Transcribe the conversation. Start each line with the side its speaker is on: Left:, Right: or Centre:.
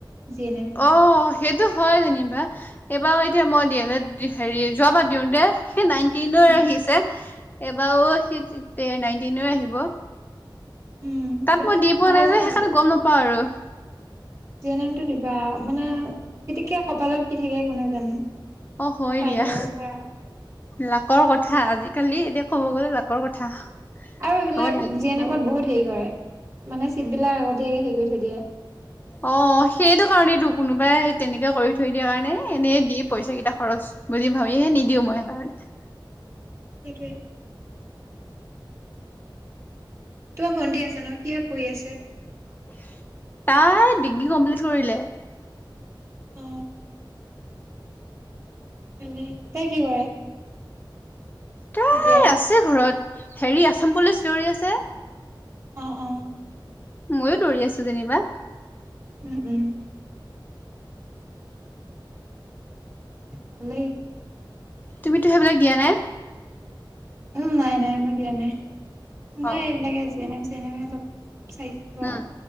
Right: জি এন
Left: অ সেইটো হয় দে নিি বা এইবাৰ এতিয়া মই দি এল লেড হেৰি যোৱ বাতিও দে সেই নাইনটিন
Right: এম
Left: আহিছে। এবাৰো সি নাইনটিন আহিব
Right: উম
Left: তাত
Right: তেনে
Left: মই দি
Right: সহজে
Left: পোৱা নাই যে
Right: হয়ে
Left: সেইকাৰণে গম নাপাওঁ আৰু
Right: জে নামটো দিব বা মানে তেতিকে কপালত কি থাকে কোনে জানে
Left: অ হয়
Right: পাই
Left: দিয়া
Right: যাব পাৰা
Left: লাকৰ কথা কথা আজিকালি এতিয়া ক'ব গ'লে লাকৰ কথা।
Right: আৰু এইবিলাক
Left: হ'ব লাগে
Right: জি এন এমত বহুত হেৰি কৰে মানে চিটবলাক আগতীয়াকে হেৰি কৰি থৈ দিয়ে
Left: অ, সেইটো কাৰণেইেতো কোনোবাই তেনেকে কৰি থৈ দিয়া কাৰণে এনে দি পইচা কেইটা খৰচ বুলি ভাবিহে নিদিও মই সেইকাৰণে
Right: সেইটোৱে তোমাৰ ভণ্টি আচেনে কিহত পৰি আছে।
Left: তাই ডিগ্ৰী কমপ্লিট কৰিলে
Right: অ খি তই কি কৰে
Left: তাই
Right: এতিয়া
Left: আছে ঘৰত হেৰি আসাম পুলিচ দৌৰি আছে
Right: অ-অ
Left: ময়ো দৌৰি আছো যেনিবা।
Right: উম উম ভালে
Left: তুমিতো সেইবিলাক দিয়াানে
Right: উম, নাই-নাই মই দিয়া নাই মই
Left: অ
Right: এইবিলাকে জি নম চি নম অলপ চাইছিলো
Left: উম
Right: আৰু